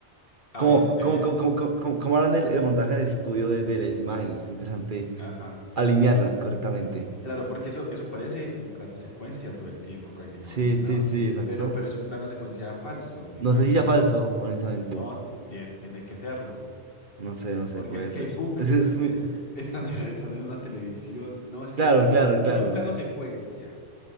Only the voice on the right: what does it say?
como
como como como como como cómo harán el, el montaje en el estudio de, de las imágenes? Es interesante
alinearlas correctamente.
Sí, sí,
sí, exacto.
No
sé si ya falso, honestamente.
No sé, no sé,
puede
ser.
Es, que es muy...
Claro,
claro, claro.